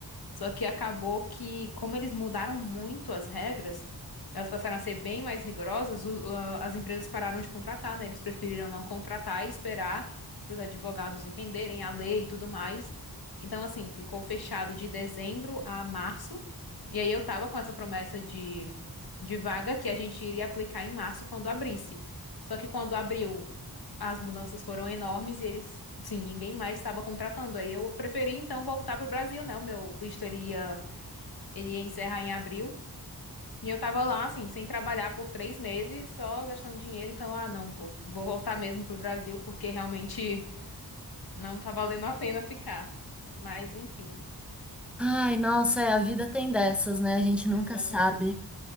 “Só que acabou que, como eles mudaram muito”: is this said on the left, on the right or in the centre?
Left